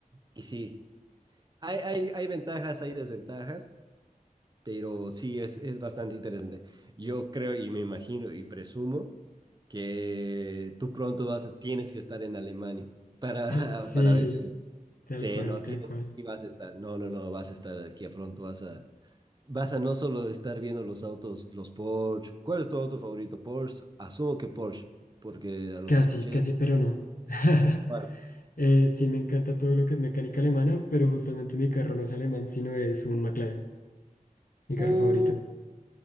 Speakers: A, on the right; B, on the left.
A: Y sí, hay, hay, hay ventajas, hay desventajas, pero sí es, es bastante interesante. Yo creo y me imagino y presumo que tú pronto vas a- tienes que estar en Alemania para, <laughs>
B: <laughs> Sí,
A: para ver.
B: tal
A: Sí,
B: cual,
A: no,
B: tal
A: tienes
B: cual.
A: que vas a estar. No, no, no, vas a estar aquí a pronto, vas a, vas a no solo estar viendo los autos, los Porsche. ¿Cuál es tu auto favorito? Porsche. Asumo que Porsche, porque a lo
B: Casi,
A: que escuché.
B: casi, pero no. <laughs>
A: Bueno.
B: Eh, sí, me encanta todo lo que es mecánica alemana, pero justamente mi carro no es alemán, sino es un McLaren, mi carro
A: Uh,
B: favorito.